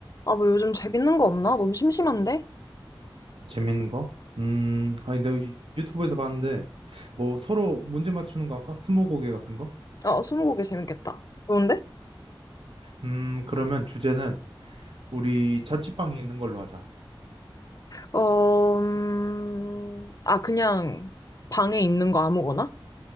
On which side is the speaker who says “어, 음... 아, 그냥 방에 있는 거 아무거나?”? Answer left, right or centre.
Left